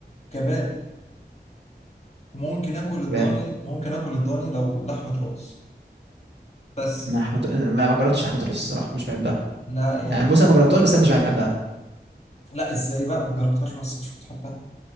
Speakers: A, on the left; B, on the right.
A: كباب وممكن اكل الضاني
B: شباب
A: ممكن اكل الضاني لو لحمه راس بس
B: ما حمت... ما ما جربتش لحمه الراس الصراحه مش بحبها
A: لا يعني
B: يعني بص انا ما جربتهاش بس انا مش بحبها
A: لا ازاي بقى مجربتهاش بس مش بتحبها